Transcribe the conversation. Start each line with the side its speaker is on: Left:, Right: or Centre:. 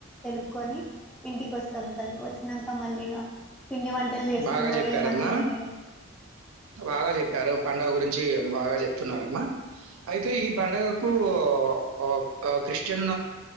Centre: తెలుపుకొని ఇంటికి కోస్ తం సార్ వొచ్చినంకా మళ్ళీగా పిండి వంటలు చేసుకున్నవె
Right: బాగా జెప్పారమ్మా.
Centre: మనం దినడం
Right: బాగా చెప్పారు పండుగ గురించి బాగా చెప్తున్నారమ్మా అయితే ఈ పండగకు ఓ ఓ క క్రిస్టియన్